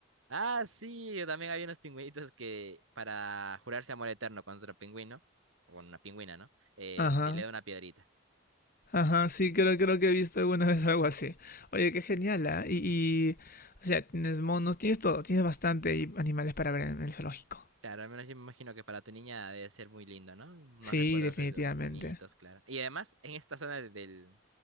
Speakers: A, on the right; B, on the left.
A: Ah, sí, también había unos pingüinitos que para jurarse amor eterno con otro pingüino, o con una pingüina, ¿no? Este,
B: Ajá.
A: le da una piedrita.
B: Ajá, sí, creo, creo que he visto alguna vez algo así. Oye, qué genial, ¿ah? Y, y, o sea, tienes monos, tienes todo, tienes bastante y- animales para ver en el zoológico.
A: Claro, al menos yo me imagino que para tu niña debe ser muy lindo, ¿no? Unos
B: Sí,
A: recuerdos
B: definitivamente.
A: de los monitos, claro. Y además, en esta zona del,